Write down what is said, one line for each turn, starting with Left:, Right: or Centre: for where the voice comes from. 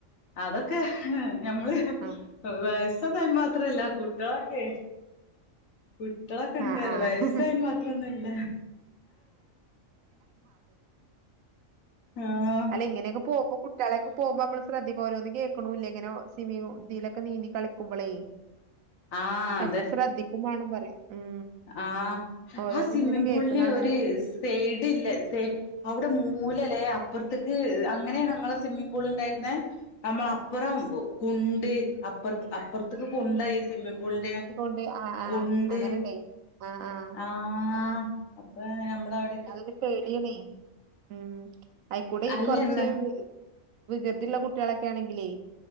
Left: അതൊക്കെ ഞമ്മള്
Right: ആഹ്
Left: വയ സ്സൊന്നും അയിന് മാത്രല്ല കുട്ടളൊക്കെ കുട്ടളൊകെണ്ട്റയാ
Right: ആഹ് ആഹ്
Left: വയസ്സയിന് മാ തൊന്നല്ല ആഹ്
Right: അല്ല ഇങ്ങനെയൊക്കെ പോകുന്നു സ്ഥലെക്കെ പോകുമ്പോ നമ്മള് ശ്രെദ്ധിക്കും ഓരോന്നു കേൾക്കൂന്നില്ലേ ഇങ്ങന സ്വി ഇതിലക്കെ നീന്തി കളിക്കുമ്പോളേ
Left: ആഹ്
Right: നമ്മള് ശ്രദ്ധിക്കുമ്പേണം പറയാ ഉം
Left: ആ
Right: ഓരോന്ന്
Left: ആ സ്വിമ്മിംഗ്
Right: ഇങ്ങനെ കേൾക്കണാണ്
Left: പൂളിലെ ഒരു
Right: അറിയാ
Left: സൈഡ് ഇല്ലേ സൈ അവിടെ മൂല ല്ലേ അപ്പറത്തേക്ക് അങ്ങനെയ ഞങ്ങളെ സ്വിമ്മിഗ് പൂൾ ഉണ്ടായിരുന്നേ നമ്മള അപ്പുറം കുണ്ട് അപ്പുറ അപ്പുറത്തേക്ക് കുണ്ടായി സ്വിമ്മിംഗ് പൂളിന്റെ
Right: ണ്ട് ആഹ് ആഹ്
Left: കുണ്ട്
Right: അങ്ങനെ ഉണ്ടായിനി ആഹ് ആഹ്
Left: ആഹ് അപ്പൊ നമ്മളവി
Right: അതൊക്കെ പേടിയണേ ഉം അയിക്കൂടെ ഈ
Left: അല്ലന്ന്
Right: കൊറച്ച് വികൃതിള്ള കുട്ടികളൊക്കെ ആണെങ്കിലേ